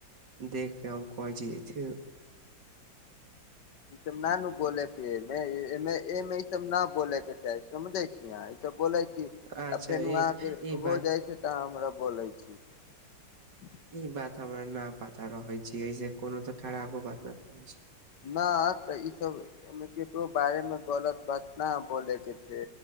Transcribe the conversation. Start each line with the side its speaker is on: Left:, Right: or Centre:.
Right: देख के हम कह जथि
Left: ई सब न न बोलके मे ए मे ई सब न बोलके चाही। समझे छी अह, ई सब बोले छी
Right: अच्छा
Left: आ फेन
Right: ई
Left: अहाँ के
Right: ई बात
Left: हो जाइ छै तऽह हमरा बोले छी। <unintelligible>
Right: ई बात हमरा न पताा रहै छी, एहि जे कोनो तऽ खराबो बात नहि पैछै
Left: न तऽ ई सबमे केकरो बारे मे गलत बात न बोलेके से